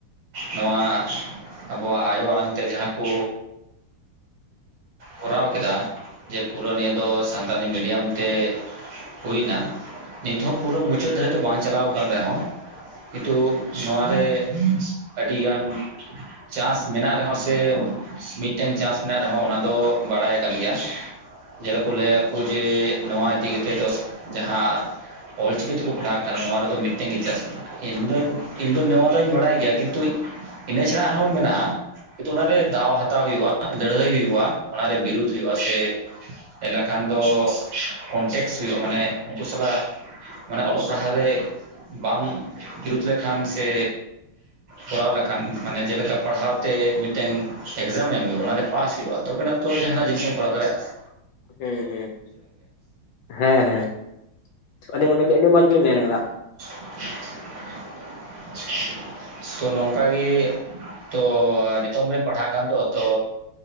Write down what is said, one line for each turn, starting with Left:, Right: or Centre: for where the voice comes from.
Right: ᱱᱚᱣᱟ ᱟᱵᱚᱣᱟᱜ ᱟᱭᱳ ᱟᱲᱟᱝ ᱛᱮ ᱡᱟᱦᱟᱸ ᱠᱚ ᱠᱚᱨᱟᱣ ᱠᱮᱫᱟ ᱡᱮ ᱯᱩᱨᱟᱹ ᱱᱤᱭᱟᱹ ᱫᱚ ᱥᱟᱱᱛᱟᱞᱤ ᱢᱤᱰᱤᱭᱟᱢ ᱛᱮ ᱦᱩᱭ ᱮᱱᱟ ᱱᱤᱛᱦᱚᱸ ᱯᱩᱨᱟᱹ ᱢᱩᱪᱟᱹᱫ ᱫᱷᱟᱹᱨᱤᱡ ᱫᱚ ᱵᱟᱝ ᱪᱟᱞᱟᱣ ᱟᱠᱟᱱ ᱨᱮᱦᱚᱸ ᱠᱤᱛᱩ ᱱᱚᱣᱟᱨᱮ ᱟᱹᱰᱤᱜᱟᱱ ᱪᱟᱸᱱᱥ ᱢᱮᱱᱟᱜ ᱨᱮᱦᱚᱸ ᱥᱮ ᱢᱤᱫᱴᱝ ᱪᱟᱸᱱᱥ ᱢᱮᱱᱟᱜ ᱨᱮᱦᱚᱸ ᱚᱱᱟ ᱫᱚ ᱵᱟᱲᱟᱭ ᱟᱠᱟᱱ ᱜᱮᱭᱟ᱾ <inaudible> ᱠᱚ ᱞᱟᱹᱭᱟᱚ ᱡᱮ ᱱᱚᱣᱟ ᱤᱫᱤ ᱠᱟᱛᱮᱫ ᱫᱚ ᱡᱟᱦᱟᱸ ᱚᱞᱪᱤᱠᱤ ᱛᱮᱠᱚ ᱯᱟᱲᱦᱟᱜ ᱠᱟᱫᱟ ᱱᱚᱣᱟ ᱨᱮᱫᱚ ᱢᱤᱫᱴᱮᱱ ᱜᱮ <inaudible> ᱢᱮᱱᱟᱜ-ᱟ᱾ ᱤᱧ ᱫᱚ ᱤᱧ ᱫᱚ ᱱᱚᱣᱟ ᱫᱚᱩᱧ ᱵᱟᱲᱟᱭ ᱜᱮᱭᱟ ᱠᱤᱱᱛᱩ ᱤᱱᱟᱹ ᱪᱷᱟᱲᱟ ᱟᱨᱦᱚᱸ ᱢᱮᱱᱟᱜ-ᱟ ᱠᱤᱱᱛᱩ ᱚᱱᱟᱨᱮ ᱫᱟᱣ ᱦᱟᱛᱟᱣ ᱦᱩᱭᱩᱜ-ᱟ ᱞᱟᱹᱲᱦᱟᱹᱭ ᱦᱩᱭᱩᱜ-ᱟ᱾ ᱚᱱᱟᱨᱮ ᱵᱤᱨᱩᱫ ᱦᱩᱭᱩᱜ-ᱟ ᱥᱮ ᱞᱮᱠᱷᱟᱱ ᱫᱚ ᱠᱚᱱᱴᱮᱠᱥ ᱦᱩᱭᱩᱜ-ᱟ ᱢᱟᱱᱮ ᱩᱱᱠᱩ ᱥᱟᱞᱟᱜ, ᱢᱟᱱᱮ ᱚᱞᱚᱜ ᱯᱟᱲᱦᱟᱜ ᱨᱮ ᱵᱟᱢ ᱡᱩᱛ ᱞᱮᱠᱷᱟᱱ ᱥᱮ ᱠᱚᱨᱟᱣ ᱞᱮᱠᱷᱟᱱ ᱢᱟᱱᱮ ᱡᱮᱞᱮᱠᱟ ᱯᱟᱲᱦᱟᱣ ᱛᱮ ᱢᱤᱫᱴᱮᱱ ᱮᱠᱡᱟᱢ ᱮᱢ ᱦᱩᱭᱩᱜ-ᱟ ᱚᱱᱟᱨᱮ ᱯᱟᱥ ᱦᱩᱭᱩᱜ-ᱟ᱾ ᱛᱚᱵᱮ ᱱᱟᱜ ᱛᱚ ᱡᱟᱦᱟᱱᱟᱜ ᱡᱤᱱᱤᱥ ᱮᱢ ᱠᱚᱨᱟᱣ ᱫᱟᱲᱮᱭᱟᱜ-ᱟ᱾
Left: ᱦᱩᱸ ᱦᱩᱸ ᱦᱮᱸ ᱦᱮᱸ ᱟᱹᱰᱤ <unintelligible> ᱟᱹᱰᱤ ᱢᱚᱸᱡᱽ ᱵᱤᱱ ᱢᱮᱱ ᱠᱟᱫᱟ᱾
Right: <unintelligible> ᱛᱚ ᱱᱚᱝᱠᱟ ᱜᱮ ᱛᱚ ᱱᱤᱛᱚᱝ ᱵᱮᱱ ᱯᱟᱲᱦᱟᱜ ᱠᱟᱱ ᱫᱚ ᱛᱚ